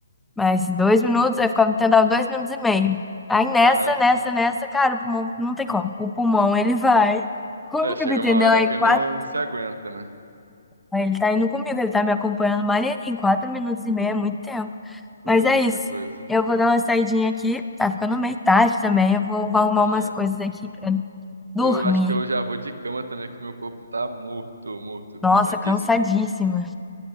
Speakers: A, in the centre; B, on the right.
A: Mas dois minutos, aí ficava tentava dois minutos e meio. Aí nessa,
B: Caraca.
A: nessa, nessa, cara, o pulmão não tem como. O pulmão, ele vai comigo,
B: É, chega
A: entendeu?
B: uma hora
A: Aí
B: que
A: quatro,
B: não, não se aguenta, né?
A: aí ele tá indo comigo, ele tá me acompanhando maneirinho. Quatro minutos e meio é muito tempo.
B: Pô,
A: Mas
B: é
A: é
B: muita
A: isso.
B: coisa.
A: Eu vou dar uma saidinha aqui. Tá ficando meio tarde também. Eu vou arrumar
B: É.
A: umas coisas aqui pra
B: Eu
A: dormir.
B: acho que eu já vou de cama também, que meu corpo tá morto, morto,
A: Nossa,
B: cansadíssimo.
A: cansadíssima.